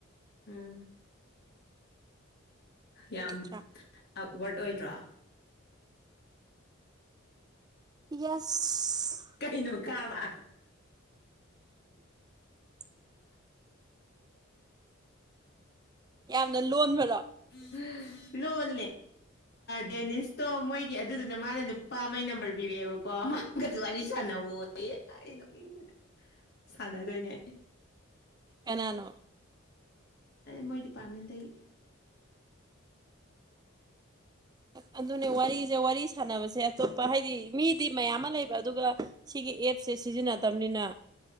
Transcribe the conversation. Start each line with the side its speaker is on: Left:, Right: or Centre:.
Left: ꯎꯝ ꯌꯥꯝ
Right: ꯅꯠꯇ꯭ꯔꯥ
Left: ꯑꯞꯋꯥꯔꯗ ꯑꯣꯏꯗ꯭ꯔꯣ
Right: ꯌꯦꯁ
Left: ꯀꯩꯅꯣ ꯀꯥꯕ
Right: <inaudible> ꯌꯥꯝꯅ ꯂꯣꯟꯕꯗꯣ
Left: ꯎꯝ ꯂꯣꯏ ꯗꯦꯅꯤꯁꯇꯣ ꯃꯣꯏꯒꯤ ꯑꯗꯨꯗꯨꯅ ꯃꯥꯅ ꯅꯨꯄꯥ ꯑꯃꯒꯤꯩ ꯅꯝꯕꯔ ꯄꯤꯔꯛꯑꯦꯕꯀꯣ ꯋꯥꯔꯤ ꯁꯥꯟꯅꯧ ꯑꯩ ꯅꯣꯛꯅꯤꯡꯕꯅ ꯁꯥꯟꯅꯗꯣꯏꯅꯦ
Right: ꯀꯅꯥꯅꯣ
Left: ꯃꯣꯏ ꯗꯤꯄꯥꯔꯠꯃꯦꯟꯗꯒꯤ
Right: ꯑꯣ ꯑꯗꯨꯅꯦ ꯋꯥꯔꯤꯁꯦ ꯋꯥꯔꯤ ꯁꯅꯕꯁꯦ ꯑꯇꯣꯞꯄ ꯍꯥꯏꯗꯤ ꯃꯤꯗꯤ ꯃꯌꯥꯝ ꯑꯃ ꯂꯩꯕ ꯑꯗꯨꯒ ꯁꯤꯒꯤ ꯑꯦꯞꯁꯦ ꯁꯤꯖꯤꯟꯅꯠꯇꯕꯅꯤꯅ